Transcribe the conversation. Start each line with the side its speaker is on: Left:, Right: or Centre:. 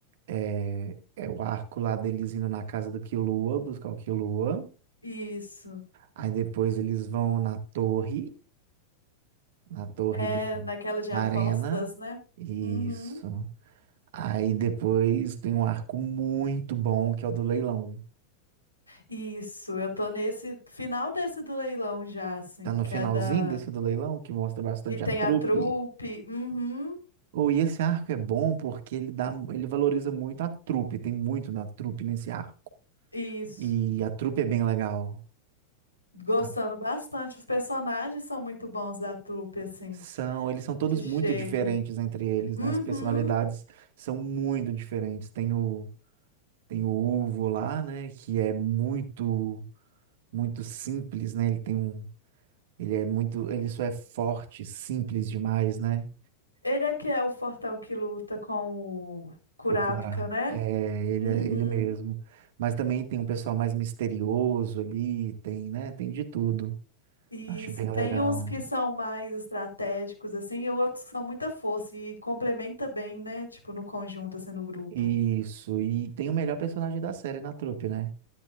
Right: é, é o arco lá deles indo na casa do Killua, buscar o Killua,
Left: Isso.
Right: aí depois eles vão na torre Na torre
Left: É
Right: do...
Left: naquela de
Right: Na
Left: apostas,
Right: arena.
Left: né?
Right: Isso.
Left: Uhum.
Right: Aí depois tem um arco muito bom, que é o do leilão.
Left: Isso, eu tô nesse final desse do leilão já, assim,
Right: Tá no
Left: que
Right: finalzinho
Left: é da.
Right: desse do leilão, que mostra bastante
Left: Que tem
Right: a trupe.
Left: a trupe. Uhum.
Right: Ou e esse arco é bom porque ele dá, ele valoriza muito a trupe, tem muito na trupe nesse arco.
Left: Isso.
Right: E a trupe é bem legal.
Left: Gostando
Right: A-
Left: bastante. Os personagens são muito bons da trupe, assim,
Right: são, eles são todos
Left: que chegam.
Right: muito diferentes entre eles,
Left: Uhum.
Right: né? As personalidades são muito diferentes. Tem o, tem o Uvo lá, né? Que é muito muito simples, né? Ele tem um, ele é muito, ele só é forte, simples demais, né?
Left: Ele é que é o fortão que luta com o Kurapika,
Right: O Corá,
Left: né?
Right: é, ele,
Left: Uhum.
Right: é- ele mesmo. Mas também tem um pessoal mais misterioso ali, tem, né? Tem de tudo.
Left: Isso,
Right: Acho bem
Left: tem
Right: legal.
Left: uns que são mais estratégicos, assim, e outros que são muita força e complementa bem, né? Tipo, no conjunto, assim, no grupo.
Right: Isso, e tem o melhor personagem da série na trupe, né?